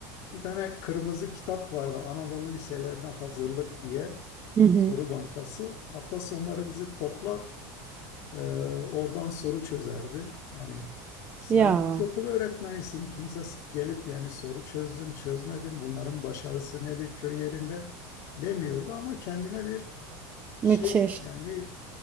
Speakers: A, on the left (about 50°); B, on the right (about 15°).
A: Bir tane kırmızı kitap vardı Anadolu Liselerine Hazırlık diye
B: Hı hı.
A: soru bankası. Hafta sonları bizi toplar, e, oradan soru çözerdi. Yani sen
B: Ya
A: ilkokul öğretmenisin. Kimse s- gelip yani soru çözdün, çözmedin, bunların başarısı nedir köy yerinde demiyordu ama kendine bir şey
B: müthiş.
A: yani bir